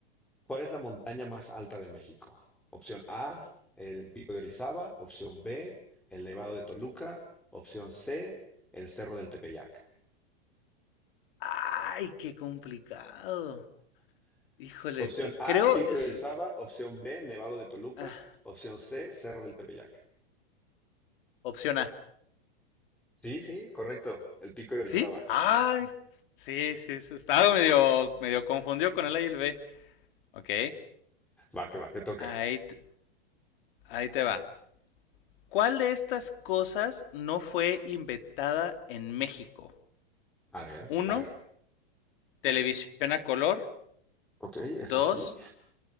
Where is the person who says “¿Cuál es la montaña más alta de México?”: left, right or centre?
Centre